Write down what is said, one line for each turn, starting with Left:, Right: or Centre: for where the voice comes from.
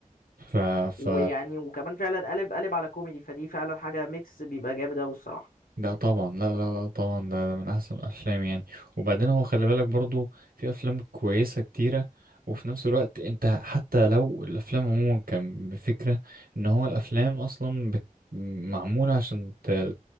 Right: ف ف
Left: ويعني وكمان فعلا قلب قلب على كوميدي فدي فعلا حاجة ميكس بيبقى جامد أوي الصراحة
Right: لا طبعا لا لا لا طبعا ده, ده من احسن الافلام يعني وبعدين هو خلي بالك برضو في افلام كويسه كتيره وفي نفس الوقت انت حتى لو الافلام عموما كان بفكره ان هو الافلام اصلا بت... معموله عشان ت...